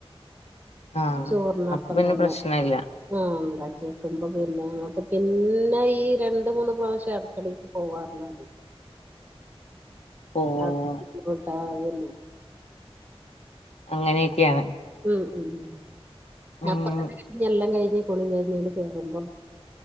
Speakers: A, on the left (about 80°); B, on the right (about 15°).
A: ആഹ്
B: ചോറിനപ്പം
A: അപ്പൊ പിന്നെ
B: തന്നെ
A: പ്രശ്നല്ല
B: ആ ണ്ടാക്കു ക്കുമ്പോ പിന്നെ നമുക്ക് പിന്നെ ഈ രണ്ട് മൂന്ന് പ്രാവശ്യം അട്ക്കളേക്ക് പോവാറന്നാല്
A: ഓഹ്
B: അതെ ആ അതെന്നെ
A: അങ്ങനെയൊക്കെയാണ്
B: മ് മ് മ്
A: ഉം
B: അപ്പ തന്നെ കഴിഞ് എല്ലാം കഴിഞ്ഞ് കുളി കഴിഞ്ഞങ്ങ് കേറുമ്പോ